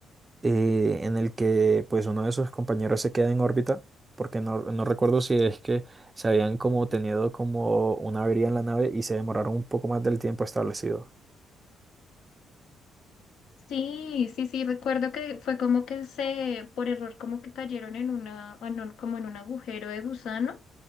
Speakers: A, on the right (about 25°); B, on the left (about 75°).
A: eh, en el que pues uno de sus compañeros se queda en órbita, porque no, no recuerdo si es que se habían como tenido como una avería en la nave y se demoraron un poco más del tiempo establecido.
B: Sí, sí, sí, recuerdo que fue como que se, por error, como que cayeron en una, en un- como en un agujero de gusano.